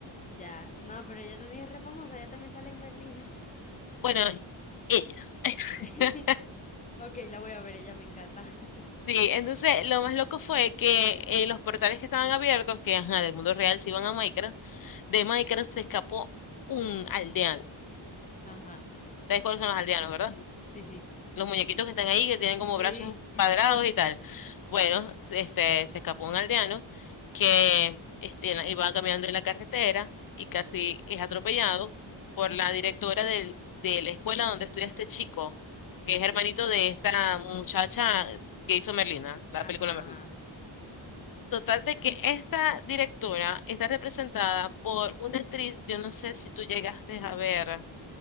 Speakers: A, on the left; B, on the left.
A: Ya. No, pero ella también es re famosa, ella también sale en Merlina.
B: Bueno, ella. <laughs>
A: <laughs> Ok, la voy a ver, ella me encanta. <laughs>
B: Sí, entonces lo más loco fue que eh, los portales que estaban abiertos, que ajá, del mundo real se iban a Minecraft, de Minecraft se escapó un aldeano.
A: Ajá.
B: ¿Sabes cuáles son los aldeanos, verdad?
A: Sí, sí.
B: Los muñequitos que están ahí, que tienen
A: Sí.
B: como brazos
A: <laughs>
B: cuadrados y tal. Bueno, este, se escapó un aldeano que este, en la- iba caminando en la carretera y casi es atropellado por la directora del, de la escuela donde estudia este chico, que es hermanito de esta muchacha que hizo Merlina, la
A: Ajá,
B: película Merlina.
A: ajá.
B: Total de que esta directora está representada por una actriz, yo no sé si tú llegaste a ver,